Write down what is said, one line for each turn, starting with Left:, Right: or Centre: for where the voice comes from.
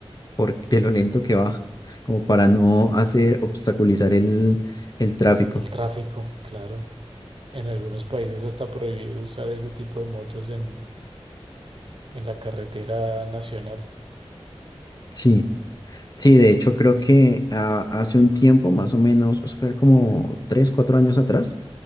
Left: por de lo lento que va, como para no hacer obstaculizar el, el tráfico.
Right: El tráfico, claro. En algunos países hasta prohibido usar ese tipo de motos en, en la carretera nacional.
Left: Sí, sí, de hecho creo que ah, hace un tiempo, más o menos, eso fue como tres, cuatro años atrás,